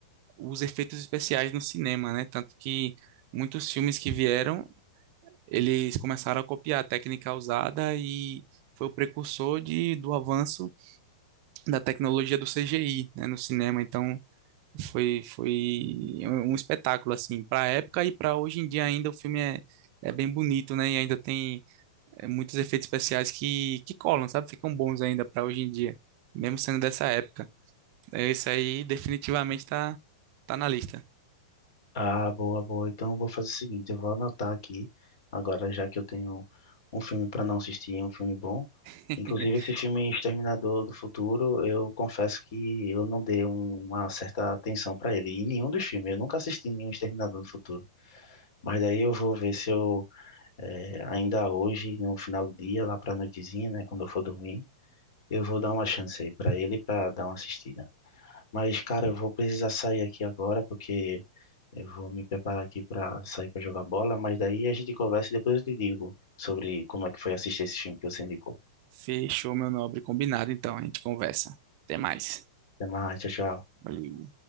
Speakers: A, on the right; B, on the left.
A: os efeitos especiais no cinema, né, tanto que muitos filmes que vieram, eles começaram a copiar a técnica usada e foi o precursor de, do avanço da tecnologia do CGI, né, no cinema. Então foi foi um um espetáculo assim para a época e para hoje em dia ainda o filme é é bem bonito, né? E ainda tem é, muitos efeitos especiais que que colam, sabe? Ficam bons ainda para hoje em dia, mesmo sendo dessa época. É, Isso aí definitivamente tá tá na lista.
B: Ah, boa, boa. Então eu vou fazer o seguinte, eu vou anotar aqui, agora já que eu tenho um filme para não assistir, um filme bom.
A: <laughs>
B: Inclusive esse filme Exterminador do Futuro, eu confesso que eu não dei uma certa atenção para ele, em nenhum dos filmes. Eu nunca assisti nenhum Exterminador do Futuro. Mas daí eu vou ver se eu, eh, ainda hoje, no final do dia, lá para a noitezinha, né, quando eu for dormir, eu vou dar uma chance aí para ele para dar uma assistida. Mas, cara, eu vou precisar sair aqui agora porque eu vou me preparar aqui para sair para jogar bola. Mas daí a gente conversa e depois eu te digo sobre como é que foi assistir esse filme que você indicou.
A: Fechou, meu nobre, combinado então, a gente conversa. Até mais.
B: Até mais, tchau, tchau.
A: Valeu.